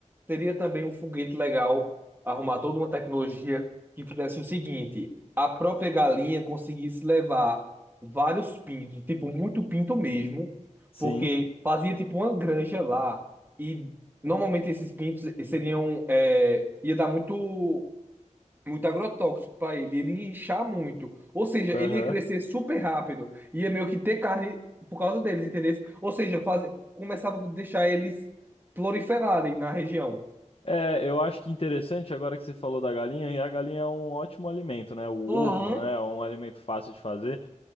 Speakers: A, on the right; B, on the left.
A: seria também um foguete legal arrumar toda uma tecnologia que fizesse o seguinte: a própria galinha conseguisse levar vários pintos, tipo, muito pinto mesmo,
B: Sim.
A: porque fazia tipo uma granja lá. E normalmente esses pintos seriam, é, ia dar muito. muito agrotóxico para ele, ele ia inchar muito. Ou seja, ele
B: Aham.
A: ia crescer super rápido, ia meio que ter carne por causa deles, entendeu? Ou seja, faz... começava a deixar eles proliferarem na região.
B: É, eu acho que interessante agora que você falou da galinha, e a galinha é um ótimo alimento, né? O ovo,
A: Uhum.
B: né, é um alimento fácil de fazer.